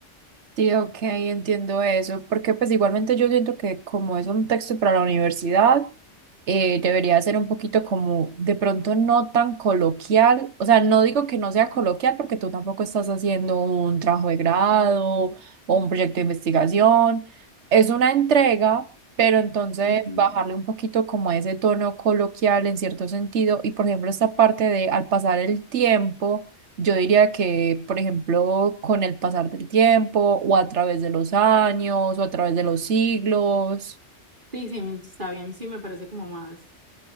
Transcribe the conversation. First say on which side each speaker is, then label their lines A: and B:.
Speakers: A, on the right; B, on the right.
A: Sí, ok, entiendo eso, porque pues igualmente yo siento que como es un texto para la universidad, eh, debería ser un poquito como de pronto no tan coloquial, o sea, no digo que no sea coloquial porque tú tampoco estás haciendo un trabajo de grado o un proyecto de investigación, es una entrega, pero entonces
B: Ujú.
A: bajarle un poquito como a ese tono coloquial en cierto sentido y por ejemplo esta parte de al pasar el tiempo. Yo diría que, por ejemplo, con el pasar del tiempo o a través de los años o a través de los siglos.
B: Sí, sí, mm, está bien, sí, me parece como más,